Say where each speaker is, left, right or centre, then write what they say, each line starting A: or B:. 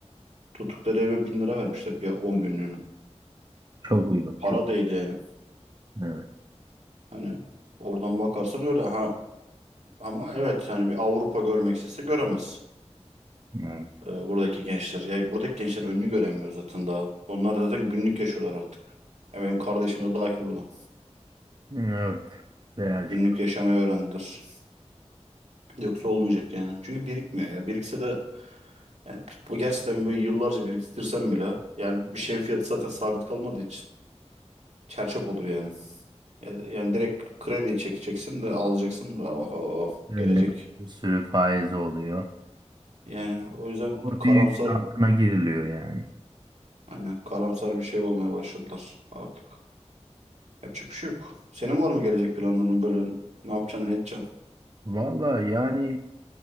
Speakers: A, on the right; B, on the right.
A: Tuttukları eve 1000 lira vermişler bir 10 günlüğüne.
B: Çok uygun,
A: Para
B: çok.
A: değil yani.
B: Evet.
A: Hani oradan bakarsan öyle ha. Ama evet hani bir Avrupa görmek istese göremez.
B: evet.
A: E, buradaki gençler. Ya buradaki gençler önünü göremiyor zaten daha. Onlar zaten günlük yaşıyorlar artık. Ya benim kardeşim de dahil buna.
B: Evet. Birazcık
A: Günlük yaşamayı öğrendiler. Yoksa olmayacak yani. Çünkü birikmiyor ya. Birikse de yani bu gerçekten böyle yıllarca biriktirsem bile yani bir şeyin fiyatı zaten sabit kalmadığı için. çerçöp olur yani. Yani, yani direkt kredi çekeceksin de alacaksın da oho,
B: öyle
A: gelecek.
B: bir sürü faiz oluyor.
A: Yani o yüzden
B: Doğru
A: karamsar
B: bir yükün altına giriliyor yani.
A: aynen karamsar bir şey olmaya başladılar artık. Yapacak bir şey yok. Senin var mı gelecek planların böyle ne yapacaksın ne edeceksin?
B: Valla yani